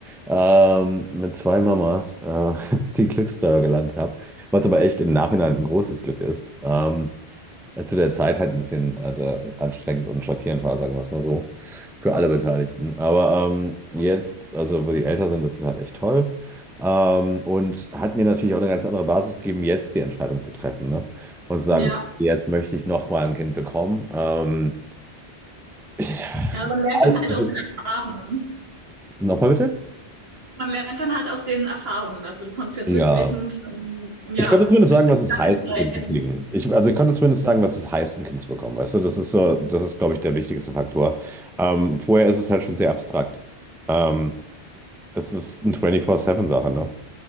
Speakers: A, in the centre; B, on the right.
A: Ähm, mit zwei Mamas äh, <laughs> den Glückstreffer gelandet habe. Was aber echt im Nachhinein ein großes Glück ist. Ähm, äh, zu der Zeit halt ein bisschen also anstrengend und schockierend war, sagen wir es mal so, für alle Beteiligten. Aber ähm, jetzt, also wo die älter sind, ist es halt echt toll. Ähm, und hat mir natürlich auch eine ganz andere Basis gegeben, jetzt die Entscheidung zu treffen, ne? Und zu sagen,
B: Ja,
A: okay, jetzt möchte ich nochmal ein Kind bekommen. Ähm, ich,
B: ja, man lernt
A: alles,
B: dann halt
A: also,
B: aus den Erfahrungen.
A: Nochmal bitte?
B: Man lernt dann halt aus den Erfahrungen. Also du konntest jetzt
A: Ja.
B: rückblickend, ähm, ja,
A: Ich konnte zumindest
B: für
A: sagen,
B: dich
A: was es
B: dann
A: heißt,
B: entscheiden.
A: ein Kind zu kriegen. Ich, also ich konnte zumindest sagen, was es heißt, ein Kind zu bekommen. Weißt du, das ist so, das ist, glaube ich, der wichtigste Faktor. Ähm, vorher ist es halt schon sehr abstrakt. Ähm, es ist eine 24-7-Sache, ne?